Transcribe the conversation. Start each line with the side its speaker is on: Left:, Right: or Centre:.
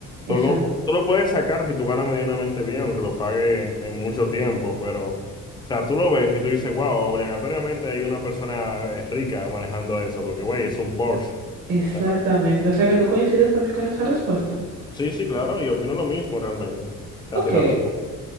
Right: <laughs> Exacto,
Left: tú lo, tú lo puedes sacar si tú ganas medianamente bien, aunque lo pague en, en mucho tiempo, pero, o sea, tú lo ves y tú dices, wow, obligatoriamente hay una persona eh, rica manejando eso, porque, güey, es un Porsche.
Right: exactamente.
Left: O sea,
Right: O sea que tú coincides también con esa respuesta.
Left: sí, sí, claro, y opino lo mismo realmente. Así
Right: Ok,
Left: la pregunta.